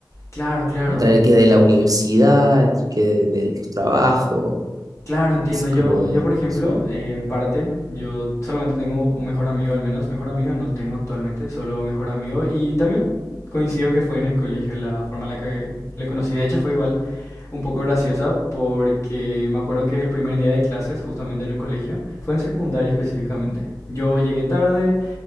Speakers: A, on the left (about 40°); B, on the right (about 50°).
A: Claro, claro,
B: Entre
A: bu-
B: el que de la universidad, entre el que de los trabajos,
A: claro, entiendo.
B: así
A: Yo,
B: como,
A: yo por ejemplo,
B: sí.
A: eh, en parte, yo solamente tengo un mejor amigo, al menos mejor amigo no tengo actualmente, solo mejor amigo. Y también coincido que fue en el colegio la forma en la que le conocí. De hecho fue igual. un poco graciosa porque me acuerdo que el primer día de clases, justamente en el colegio, fue en secundaria específicamente. Yo llegué tarde